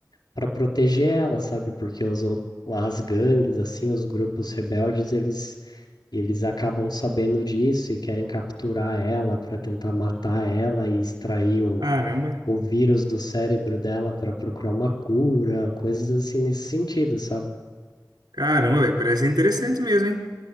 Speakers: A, on the left; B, on the right.
A: para proteger ela, sabe? Porque os, ou- as gangues assim, os grupos rebeldes, eles eles acabam sabendo disso e querem capturar ela para tentar matar ela e extrair o,
B: Caramba.
A: o vírus do cérebro dela para procurar uma cura, coisas assim nesse sentido, sabe?
B: Caramba, velho, parece interessante mesmo, hein?